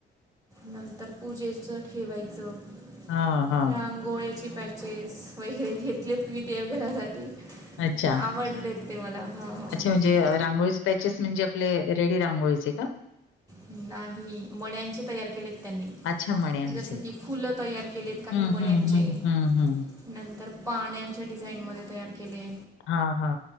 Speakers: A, on the right; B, on the left.
A: नंतर पूजेच ठेवायचं.
B: हा हा.
A: रांगोळ्याचे पॅचेस वगैरे घेतलेत मी देवघरासाठी
B: अच्छा.
A: आवडलेत. ते मला हां हां
B: अच्छा म्हणजे रांगोळीचे पॅचेस म्हणजे आपले रेडी रांगोळीचे का?
A: नाही मण्याणंचे तयार केलेत त्यांनी.
B: अच्छा मण्यांचे.
A: जस की फुलं तयार केलेत काही
B: हं,
A: मण्यांचे
B: हं, हं, हं, हं.
A: नंतर पाण्यांनच्या डिझाइन मध्ये तयार केले
B: हा हा.